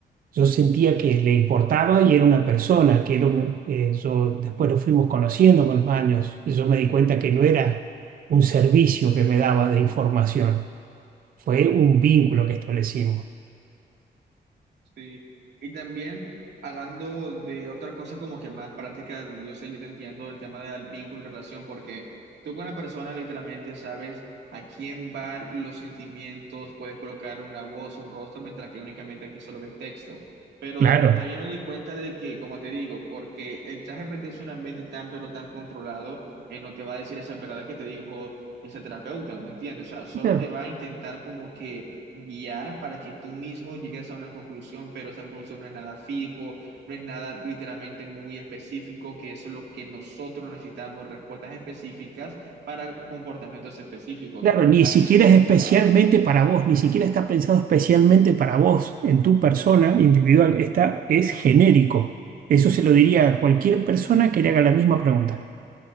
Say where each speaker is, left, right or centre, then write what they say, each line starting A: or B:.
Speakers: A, on the right; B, on the right.
A: yo sentía que le importaba y era una persona, que era una, eh, yo después lo fuimos conociendo con los años y yo me di cuenta que no era un servicio que me daba de información, fue un vínculo que establecimos.
B: Sí, y también hablando de otra cosa como que más práctica, yo sé, yo te entiendo el tema del vínculo y relación, porque tú con la persona literalmente sabes a quién van los sentimientos, puedes colocar una voz, un rostro, mientras que únicamente aquí solo ves texto. Pero
A: Claro.
B: también me di cuenta de que, como te digo, porque el ChatGPT es un ambiente tan, pero tan controlado, él no te va a decir esas verdades que te dijo ese terapeuta, ¿me entiendes? O sea, solo
A: Claro,
B: te va a intentar como que guiar para que tú mismo llegues a una conclusión, pero esa conclusión no es nada fijo, no es nada literalmente muy específico, que eso es lo que nosotros necesitamos, respuestas específicas para comportamientos específicos.
A: claro, ni
B: Así
A: siquiera
B: que
A: es especialmente
B: nada,
A: para vos, ni siquiera está pensado especialmente para vos, en tu persona individual, está, es genérico. Eso se lo diría a cualquier persona que le haga la misma pregunta.